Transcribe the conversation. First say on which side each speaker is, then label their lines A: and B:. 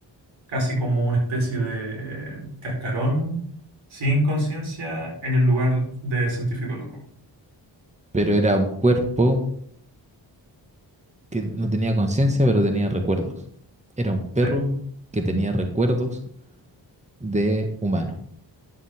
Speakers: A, on the right (about 85°); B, on the right (about 15°).
A: casi como una especie de cascarón sin conciencia en el lugar del científico loco.
B: Pero era un cuerpo que no tenía conciencia, pero tenía recuerdos. Era un perro
A: Sí.
B: que tenía recuerdos de humano.